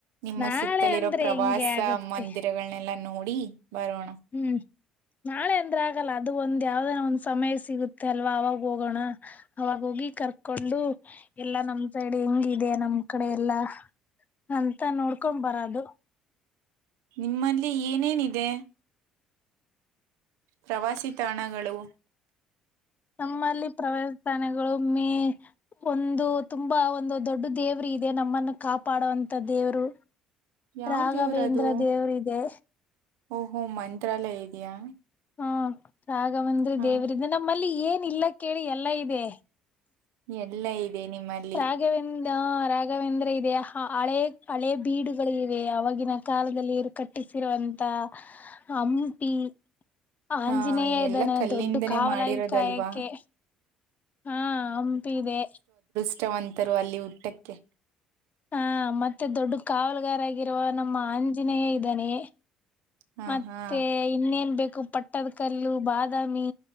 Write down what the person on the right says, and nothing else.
ನಿಮ್ಮ
ಸುತ್ತಲಿರೋ
ಪ್ರವಾಸ
ಮಂದಿರಗಳನೆೆಲ್ಲ ನೋಡಿ ಬರೋಣ
ನಿಮ್ಮಲ್ಲಿ ಏನೇನಿದೆ ಪ್ರವಾಸಿ ತಾಣಗಳು
ಯಾವ್ದೇವ್ರದು
ಓಹೋ ಮಂತ್ರಾಲಯ ಇದೆಯಾ
ಹಾ
ಎಲ್ಲ ಇದೆ ನಿಮ್ಮಲ್ಲಿ
ಹಾ
ಎಲ್ಲ ಕಲ್ಲಿಂದನೇ
ಮಾಡಿರೋದಲ್ವಾ
ಇಷ್ಟವಂತರು ಅಲ್ಲಿ ಹುಟ್ಟಕ್ಕೆ
ಹಾ
ಹಾ